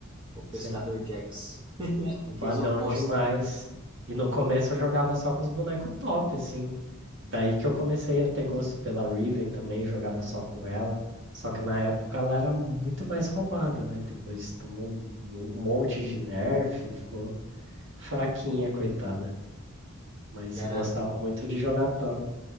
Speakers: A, on the right (about 20°); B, on the right (about 60°).
A: O pescador
B: sim,
A: Jax,
B: roubadão
A: que usa um poste,
B: demais. E no começo eu jogava só com os bonecos top, assim. Daí que eu comecei a ter gosto pela Riven também, jogava só com ela. Só que na época ela era muito mais roubada, né? Depois tomou um mo- um monte de nerf, ficou fraquinha, coitada. mas
A: que era,
B: eu gostava muito de jogar top.